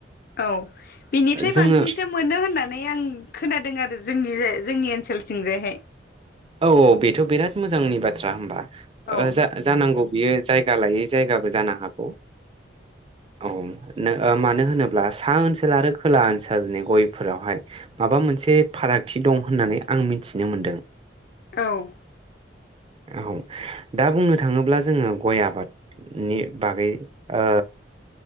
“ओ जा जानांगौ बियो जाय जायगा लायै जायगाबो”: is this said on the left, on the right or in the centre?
Right